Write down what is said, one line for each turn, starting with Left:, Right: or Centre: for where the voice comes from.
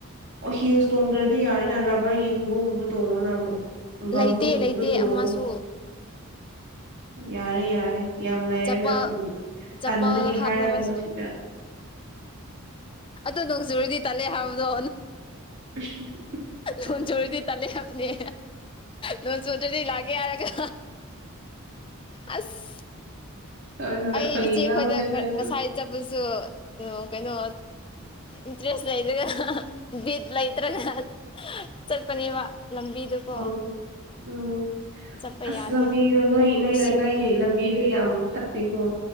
Right: ꯑꯣ ꯍꯁ ꯇꯣꯡꯒ꯭ꯔ ꯑꯗꯨ ꯌꯥꯔꯦ ꯅ ꯔꯕꯔꯒꯤ ꯈꯨꯡꯒꯪꯝꯒꯨꯝꯕ ꯇꯣꯡꯉꯣꯅ ꯑꯃꯨꯛ ꯒꯝꯕꯨꯠꯒꯨꯝꯕꯗ
Left: ꯂꯩꯇꯦ ꯂꯩꯇꯦ
Right: ꯇꯣꯡꯉꯣ
Left: ꯑꯃꯁꯨ
Right: ꯌꯥꯔꯦ ꯌꯥꯔꯦ ꯌꯥꯝ ꯂꯩꯥꯏꯔꯦ
Left: ꯆꯄꯜ ꯆꯄꯜ
Right: ꯇꯟꯕꯒꯤ
Left: ꯍꯥꯞꯅꯕꯁꯨ
Right: ꯍꯥꯏꯔꯀꯅꯣ ꯁꯤꯗ
Left: ꯑꯗꯨ ꯅꯣꯡꯖꯨꯨꯔꯗꯤ ꯇꯜꯂꯦ ꯍꯥꯏꯕꯗꯣ
Right: <inaudible>
Left: ꯍꯨ ꯆꯔꯤꯗꯤ ꯇ ꯂꯩꯦ ꯍꯥꯅꯤ ꯅꯣꯡ ꯆꯨꯗ꯭ꯔꯗꯤ ꯂꯥꯛꯀꯦ ꯍꯥꯏꯔꯒ ꯑꯁ
Right: ꯍꯣꯏ ꯍꯣꯏ
Left: ꯑꯩ
Right: ꯐꯥꯒꯤ
Left: ꯏꯆꯦꯈꯣꯏꯗ
Right: ꯉꯥꯡꯕꯅꯦꯗ ꯑꯩ
Left: ꯉꯁꯥꯏ ꯆꯠꯄꯁꯨ ꯑꯣ ꯀꯩꯅꯣ ꯏꯟꯇꯔꯦꯁ ꯂꯩꯗꯨꯒ ꯕꯤꯠ ꯂꯩꯇ꯭ꯔꯅ ꯆꯠꯄꯅꯦꯕ ꯂꯝꯕꯤꯗꯨꯀꯣ
Right: ꯑꯣ ꯎꯝ
Left: ꯆꯠꯄ
Right: ꯑꯁ
Left: ꯌꯥꯗꯦꯕ
Right: ꯂꯝꯕꯤꯗꯣ ꯅꯣꯏ ꯅꯣꯏ
Left: ꯏꯁꯤꯡꯗꯣ
Right: ꯂꯩꯀꯥꯏꯒꯤ ꯂꯝꯕꯤꯗꯣ ꯌꯥꯝ ꯐꯠꯇꯒꯣ